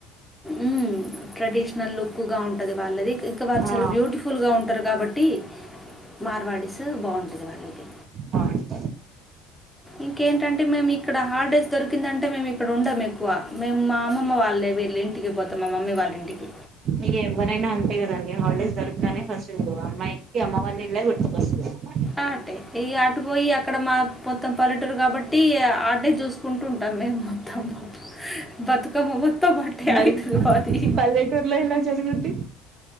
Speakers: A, in the centre; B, on the right.
A: ఊ ట్రెడిషనల్ లుక్ గా ఉంటది వాళ్ళది ఇంకా వాళ్ళు
B: ఆ
A: చాలా బ్యూటిఫుల్గా ఉంటారు కాబట్టి మార్వాడస్ బాగుంటుంది వాళ్ళకి
B: బాగుంటది
A: ఇంకేంటంటే మేము ఇక్కడ హాలిడేస్ దొరికిందంటే మేము ఇక్కడ ఉండం ఎక్కువ మేము మా అమమ్మ వాళ్ళే వెళ్ళింటి ఇంటికి పోతాం మా మమ్మీ వాళ్ళ ఇంటికి
B: ఇక ఎవరైనా అంతే హాలిడేస్ దోరగకనే ఫస్ట్ అమ్మాయికి అమ్మ వాళ్ల ఇల్లే గుర్తుకొస్తుంది ఫస్ట్
A: ఆటే ఇగ అటు పోయి అక్కడ మా మొత్తం పల్లెటూరు కాబట్టి ఆటే చూసుకుంటూ ఉంటాం మేము అత్తమ్మ బతుకమ్మ మొత్తం ఆటే
B: మరి
A: అయితది మాది
B: పల్లెటూరులో ఎలా జరుగుద్ది